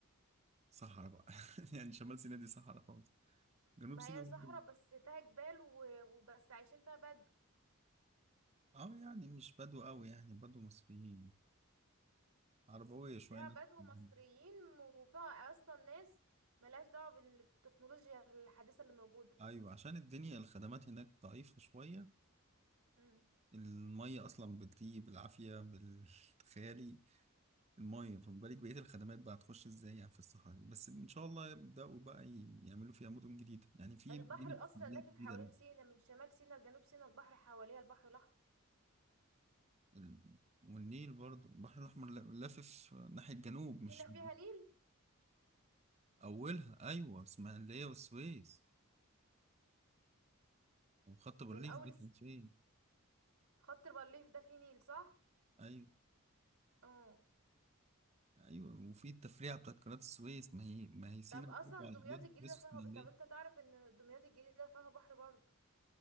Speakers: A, on the right; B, on the right.
A: صحراء بقى <laughs> يعني شمال سيناء دي صحراء خالص جنوب
B: ما
A: سيناء
B: هي صحراء
A: ممكن-
B: بس فيها جبال و- وبس عايشين فيها بدو
A: اه يعني مش بدو قوي يعني بدو مصريين عربوية شوية
B: فيها
A: ناس
B: بدو
A: مهم.
B: مصريين وفيها اصلا ناس ملهاش دعوه بالتكنولوجيا الحديثه اللي موجوده
A: ايوه عشان الدنيا الخدمات هناك ضعيفة شوية
B: مم.
A: المية اصلا بتيجي بالعافية بالخيالي <laughs> المية فما بالك بقية الخدمات بقى هتخش ازاي يعني في الصحراء دي. بس ان شاء الله يبدأوا بقى ي- يعملوا فيها مدن جديدة يعني في
B: البحر
A: مدينة اسماعيلية
B: أصلا لافف
A: جديدة
B: حوالين سينا من شمال سينا لجنوب سينا البحر حواليها البحر الأحمر
A: ال- والنيل برضو البحر الأحمر ل- لافف ناحية جنوب مش
B: سينا فيها نيل
A: اولها ايوه اسماعيليه والسويس وخط بارليف
B: من أول
A: دي
B: الس...
A: كان فين
B: خط الريف ده فيه نيل صح؟
A: ايوه
B: اه
A: ايوه وفي التفريعه بتاعت قناه السويس ما هي ما هي سينا
B: طب أصلا
A: برضه على
B: دمياط
A: حدود السويس
B: الجديدة فيها
A: والاسماعيليه
B: طب أنت تعرف إن دمياط الجديدة فيها بحر برضه